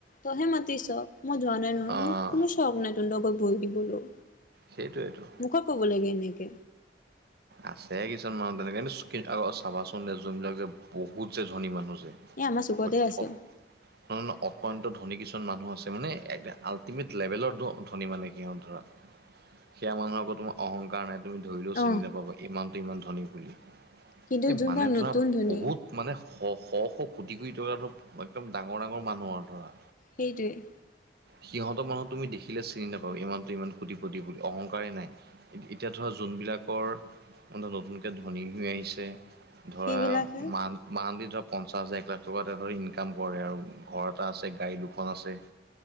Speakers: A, on the left; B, on the right.
A: তইহে মাতিছ। মই যোৱা নাই নহয়
B: অ'
A: মোক কোনো স্বক তোহোতৰ ঘৰত ভৰি দিবলও।
B: সেইটোৱেটো।
A: কক ক'ব লাগে এনেকে।
B: আছে কিছুমান মানুহ তেনেকে কি চাবাচোন যোন বিলাক যে বহুত যে ধনী মানুহ যে, -
A: এ আমাৰ চুকতে
B: <unintelligible>
A: আছে
B: নহ অপন্ত্য ধনী কিছুমান মানুহ আছে মানে আল্টিমেট লেভেলৰ ধনী মানে। সিহঁত ধৰা সেয়া মানুহৰ ক'তো অহংকাৰ নাই। তুমি ধৰিলেও
A: অ
B: চিনি নাপাবা এই মানুহটো ইমান ধনী বুলি
A: কিন্তু
B: এই
A: যোনবিলাক
B: মানে ধৰা
A: নতুন ধনী
B: বহুত- মানে শ শ শ কোটি কোটি টকাতৰ একদম ডাঙৰ ডাঙৰ মানুহ আৰু ধৰা।
A: সেইটোৱেই।
B: সিহঁত মানুহ তুমি দেখিলে চিনি নাপাবা, এই মানোতো ইমান কোটিপতি বুলি অহংকাৰেই নাই। এতিয়া ধৰা যোনবিলাকৰ- নতুনকে ধনী হৈ আহিছে ধৰা
A: সেইবিলাকে
B: মান- মানলি ধৰা পঞ্চাছ হাজাৰ এক লাখ টকা ধৰ ইনকাম কৰে আৰু ঘৰ এটা আছে গাড়ী দুখন আছে, -